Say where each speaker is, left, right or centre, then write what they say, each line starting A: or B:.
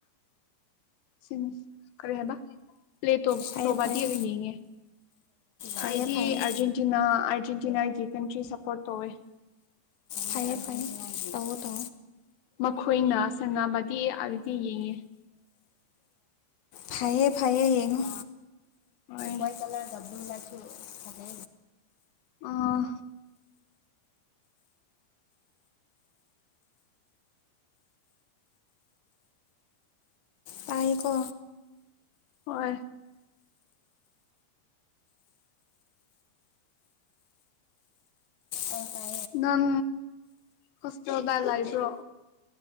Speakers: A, on the left (about 85°); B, on the left (about 60°).
A: ꯁꯤ ꯈ ꯍꯦꯕ ꯄ꯭ꯂꯦ ꯇꯣꯞꯇꯣꯕꯥꯗꯤ
B: ꯐꯩꯌꯦ ꯐꯩꯌꯦ
A: ꯌꯦꯡꯉꯦ
B: ꯐꯩꯌꯦ
A: ꯑꯩꯗꯤ
B: ꯐꯩꯌꯦ
A: ꯑꯔꯖꯦꯟꯇꯤꯅꯥ ꯑꯔꯖꯦꯟꯇꯤꯅꯥꯒꯤ ꯀꯟꯇ꯭ꯔꯤ ꯁꯄꯣꯔꯠ ꯇꯧꯋꯦ
B: ꯐꯌꯦ ꯐꯌꯦ ꯇ ꯇꯣ
A: ꯃꯈꯣꯏꯅ ꯁꯥꯟꯅꯕꯗꯤ ꯑꯩꯗꯤ ꯌꯦꯡꯉꯦ
B: ꯐꯩꯌꯦ ꯐꯩꯌꯦ ꯌꯦꯡꯉꯣ
A: ꯍꯣꯏ
B: ꯋꯥꯋꯥꯏꯠ ꯀꯂꯔꯗ ꯭ꯂꯨ ꯂꯥꯛꯆꯁꯨ ꯊꯗ
A: ꯑꯥ
B: ꯇꯥꯏꯀꯣ
A: ꯍꯣꯏ
B: ꯑꯣ ꯀ
A: ꯅꯥꯟ ꯍꯣꯁꯇꯦꯜꯗꯂ ꯏꯕ꯭ꯔꯣ